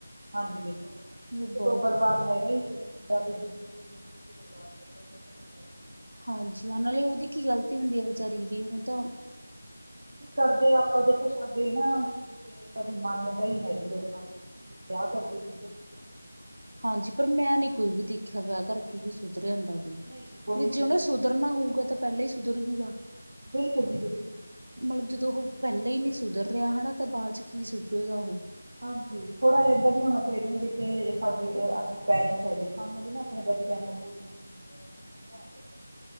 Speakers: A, on the right; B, on the right.
A: ਹਾਂਜੀ ਦੇਖੋ <unintelligible>
B: ਬਹੁਤ
A: ਤੋਂ ਬਰਬਾਦ ਹੈਗਾ ਹੀ ਤੇ ਦੂਜੀ ਕੁੜੀ ਨੂੰ ਵੀ ਤੁਸੀਂ ਬਰਬਾਦ ਕਰਦੇ ਓ ਏ ਤਾਂ ਚੰਗੀ ਗੱਲ ਨਈ।
B: ਹਾਂਜੀ ਹਾਂ ਨਾਲੇ ਉਦੀ ਕੀ ਗਲਤੀ ਹੁੰਦੀ ਹੈ। ਵਿਚਾਰੀ ਦੀ ਉਹ ਤਾਂ
A: ਕਰਦੇ ਆਪਾਂ ਦੇਖੋ ਸਾਡੇ ਨਾ ਕੁਝ ਇਦਾਂ ਦੀ ਮੰਨਤਾਂ ਹੀ ਨੀ ਹੈਗੀ ਲੋਕਾਂ ਨੂੰ ਵਿਆਹ ਕਰਕੇ ਸੁਧਰ ਜਾਉਗਾ।
B: ਹਾਂਜੀ, ਪਰ ਮੈਂ ਨੀ ਕੋਈ ਵੀ ਦੇਖਿਆ ਵਿਆਹ ਕਰਕੇ ਵੀ ਸੁਧਰ ਜਾਂਦਾ ਵਾ
A: ਨਹੀਂ ਜੀ ਕੋਈ
B: ਵੀ
A: ਨੀ
B: ਜੇ
A: ਸੁਧਰਦਾ
B: ਉਹਨੇ ਸੁਧਰਨਾ ਹੋਊਗਾ ਤਾਂ ਪਹਿਲਾਂ ਹੀ ਸੁਧਰ ਜੂਗਾ
A: ਬਿਲਕੁਲ ਜੀ ਬਿਲਕੁਲ।
B: ਮਤਲਬ ਜਦੋਂ ਉਹ ਪਹਿਲਾਂ ਹੀ ਨਹੀਂ ਸੁਧਰ ਰਿਹਾ ਨਾ ਤਾਂ ਬਾਅਦ 'ਚ' ਕੀ ਸੁਧਰੇਗਾ ਉਹੋ।
A: ਹਾਂਜੀ, ਥੋੜ੍ਹਾ ਜਹਾ ਏਦਾਂ ਵੀ ਹੋਣਾ ਚਾਹੀਦਾ ਨੇ ਜਿੱਦਾਂ ਸਾਡੇ ਅਸੀਂ ਪੇਰੈਂਟਸ ਹੈਗੇ ਆ। ਸਾਨੂੰ ਵੀ ਨਾ ਆਪਣੇ ਬੱਚਿਆਂ ਨੂੰ ਕੁ
B: <inaudible>
A: <unintelligible> <unintelligible> ਜਾਣਾ